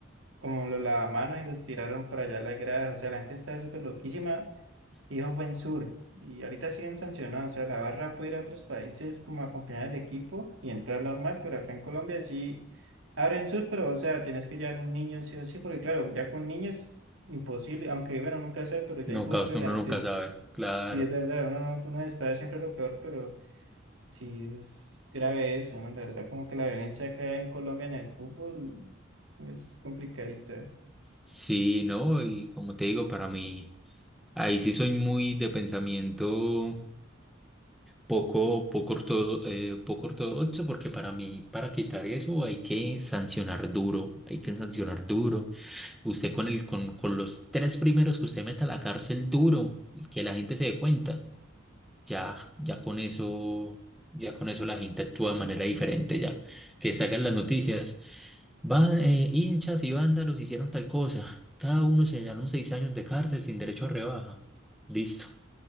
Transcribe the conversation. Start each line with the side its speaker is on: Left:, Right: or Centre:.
Right: como los lavamanos y los tiraron para allá a las gradas, o sea, la gente estaba súper loquísima y eso fue en Sur, y ahorita siguen sancionados, o sea, la barra puede ir a otros países como a acompañar al equipo y entrar normal, pero acá en Colombia sí abren Sur, pero o sea, tenés que llevar un niño sí o sí, porque claro, ya con niños, imposible, aunque bueno, nunca sabe, pero ya
Centre: Nunca,
Right: imposible
Centre: uno
Right: la gente
Centre: nunca sabe, claro.
Right: Sí, es verdad, uno no, uno espera siempre lo peor, pero sí es grave eso, ¿no? La verdad, como que la violencia acá en Colombia en el fútbol es complicadita.
Centre: Sí, no, y como te digo, para mí. Ahí sí soy muy de pensamiento poco, poco, orto- eh, poco ortodoxo, porque para mí, para quitar eso, hay que sancionar duro, hay que sancionar duro. Usted con el, con, con los tres primeros que usted meta a la cárcel duro, y que la gente se dé cuenta, ya, ya con eso, ya con eso la gente actúa de manera diferente, ya que salgan las noticias. Van, eh, hinchas y vándalos hicieron tal cosa. Cada uno se hallaron seis años de cárcel sin derecho a rebaja. Listo.